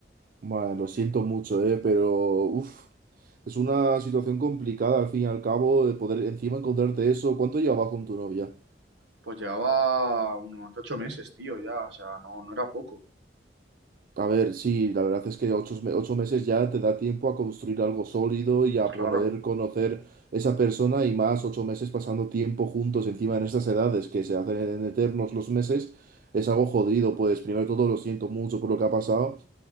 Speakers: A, on the right; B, on the right.
A: Bueno, lo siento mucho, eh, pero uf, es una situación complicada al fin y al cabo de poder encima encontrarte eso. ¿Cuánto llevabas con tu novia?
B: Pues llevaba unos ocho meses, tío, ya, o sea, no, no era poco.
A: A ver, sí, la verdad es que ocho, me- ocho meses ya te da tiempo a construir algo sólido y a poder
B: Claro.
A: conocer esa persona y más ocho meses pasando tiempo juntos encima en estas edades que se hacen en eternos los meses, es algo jodido, pues primero de todo lo siento mucho por lo que ha pasado